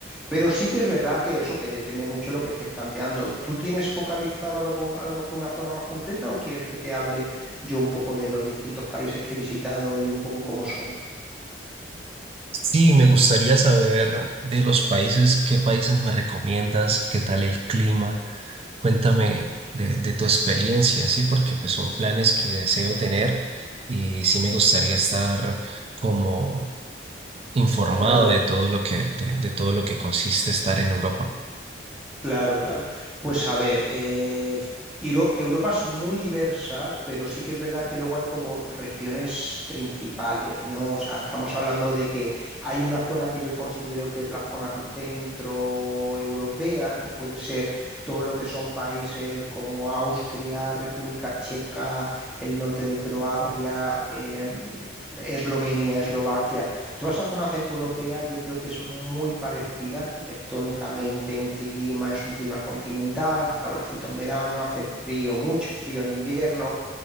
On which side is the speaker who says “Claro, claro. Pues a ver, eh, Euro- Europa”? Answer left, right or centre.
Centre